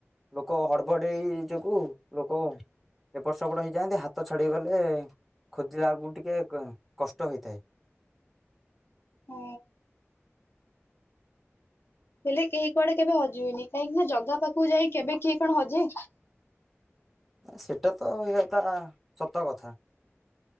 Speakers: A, in the centre; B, on the left.
A: ଲୋକ ହଡ଼ବଡ଼େଇ ଯୋଗୁ ଲୋକ ଏପଟ ସେପଟ ହେଇଯାଆନ୍ତି ହାତ ଛଡେଇ ଗଲେ ଖୋଜିଲା କୁ ଟିକେ କଷ୍ଟ ହୋ।
B: ହୁଁ। ହେଲେ କେହି କୁଆଡେ କେବେ ହଜିବେନି କାହିଁକି ନା ଜାଗା ପାଖକୁ ଯାଇ କେବେ କିଏ କଣ ହଜେ।
A: ସେଇଟା ତ ଇଏ ତା ସତ କଥା।